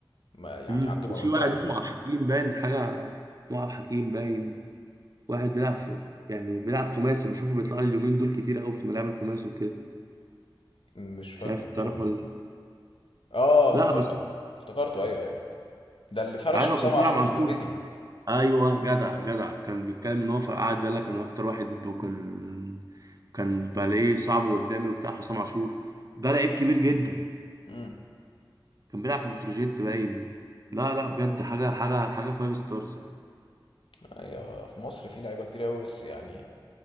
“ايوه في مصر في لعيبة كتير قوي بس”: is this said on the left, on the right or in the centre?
Left